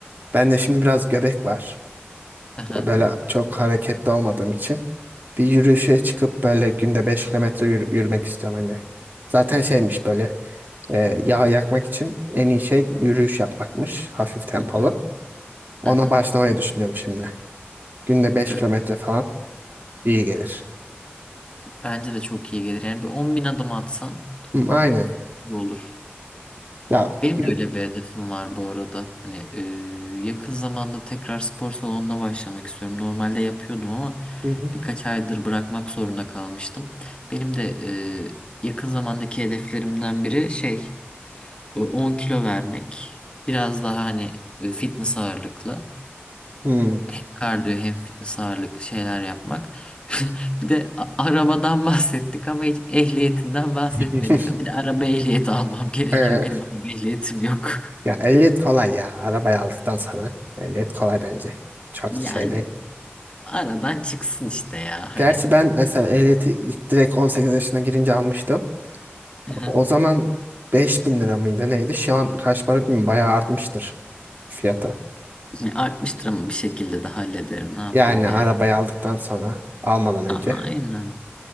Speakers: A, on the right; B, on the left.
A: Bende şimdi biraz göbek var.
B: Aha,
A: Böyle çok hareketli olmadığım için. Bir yürüyüşe çıkıp böyle günde 5 kilometre yürü- yürümek istiyorum hani. Zaten şeymiş böyle. Ee, yağ yakmak için en iyi şey yürüyüş yapmakmış. Hafif tempolu.
B: hı hı,
A: Ona
B: aha.
A: başlamayı düşünüyorum şimdi. Günde beş
B: E,
A: kilometre falan iyi gelir.
B: Bence de çok iyi gelir. Yani bir 10 bin adım atsan
A: Hı, aynen.
B: iyi olur.
A: Ya
B: Benim
A: yü-
B: de öyle bir hedefim var bu arada. Hani e, yakın zamanda tekrar spor salonuna başlamak istiyorum. Normalde yapıyordum ama
A: Hı hı.
B: birkaç aydır bırakmak zorunda kalmıştım. Benim de e, yakın zamandaki hedeflerimden biri şey o 10 kilo vermek. Biraz daha hani e, fitness ağırlıklı.
A: Hı.
B: Hem kardiyo hem fitness ağırlıklı şeyler yapmak. <laughs> Bir de a- arabadan <laughs> bahsettik ama hiç ehliyetinden bahsetmedik.
A: <laughs>
B: Bir de araba ehliyeti almam gerekiyor.
A: Ee,
B: Benim araba ehliyetim yok. <laughs>
A: ya ehliyet kolay ya. Arabayı aldıktan sonra ehliyet kolay bence. Çok
B: Yani
A: şey değil.
B: aradan çıksın işte ya
A: Gerçi
B: hani.
A: ben mesela ehliyeti ilk direkt 18 yaşına girince almıştım.
B: Hı hı.
A: O zaman 5000 lira mıydı neydi? Şu an kaç para bilmiyorum. Bayağı artmıştır fiyata.
B: Yani Artmıştır ama bir şekilde de hallederim. Ne yapalım
A: Yani
B: yani?
A: arabayı aldıktan sonra almadan önce.
B: A- Aynen.